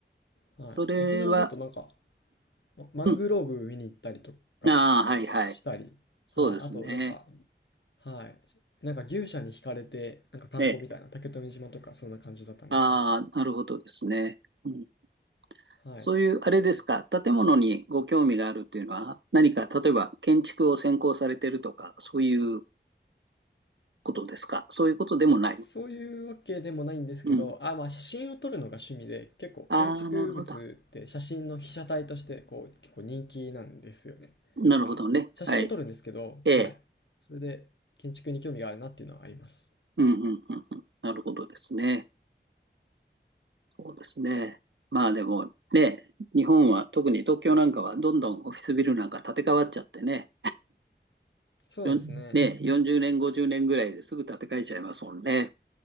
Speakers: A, on the left; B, on the right.
A: はい。
B: それは、
A: 沖縄だとなんか、まマングローブ見に行ったりとか
B: うん。ああ、はいはい。
A: したり、
B: そうですね。
A: はい。あとなんか、はい。なんか牛舎に惹かれて、なんか観光みたいな、
B: ええ。
A: 竹富島とかそんな感じだったんですけど、
B: ああ、なるほどですね。うん。
A: はい。
B: そういう、あれですか、建物にご興味があるっていうのは、何か、例えば建築を専攻されてるとか、そういうことですか。そういうことでもない。
A: そういうわけでもないんですけど、
B: うん。
A: あ、まあ写真を撮るのが趣味で、結構建築物って写真の被写体としてこう結構人気なんですよね。
B: ああ、なるほど。なるほどね。
A: だから写真も撮るんですけど、
B: はい。ええ。
A: はい。それで建築に興味があるなっていうのはあります。
B: うん、うん、うん、うん。なるほどですね。そうですね。まあでもね、日本は特に東京なんかはどんどんオフィスビルなんか建て替わっちゃってね、
A: そうですね。
B: よん、ね、40年、50年ぐらいですぐ建て替えちゃいますもんね。